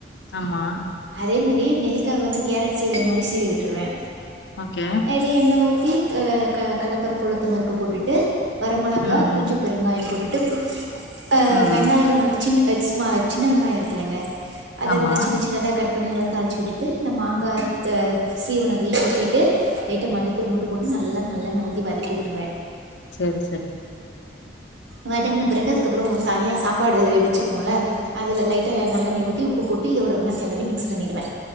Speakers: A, on the left (about 70°); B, on the right (about 75°).
A: ஆமா
B: அதே மாரியே நெல்லிக்கா வந்து கேரட் சீவுற மாரி சீவி விட்ருவ
A: ஓகே
B: எரி எண்ண ஊத்தி க க கல்லபருப்பு உளுத்தம் பருப்பு போட்டுட்டு வர மொளகா
A: ம் ம்
B: கொஞ்சம் பெருங்கயம் போட்டுட்டு அ
A: ம்
B: வெங்காயொ
A: ம்
B: நல்ல சின் ஸ்ம சின்ன வெங்காயொ இருக்குல்லங்க அத
A: ஆமா
B: நல்ல சின்னச் சின்னதா கட் பண்ணி நல்லா தாளிச்சி விட்டுவிட்டு இந்த மாங்கா ஜ சீவுனதையு கொட்டிட்டு லைட்டா மஞ்சத்தூள் மட்டு போட்டு நல்லா நல்லெண்ண ஊத்தி வதக்கி விட்ருவே
A: சேரி செரி
B: வதங்ன பிறகு அதுக்கப்றோ தனியா சாப்பாடு வச்சிருப்போல்ல அதுல லைட்டா நல்லெண்ணய ஊத்தி உப்பு போட்டு இதோட ஒண்ணா கெலரி மிக்ஸ் பண்ணிருவ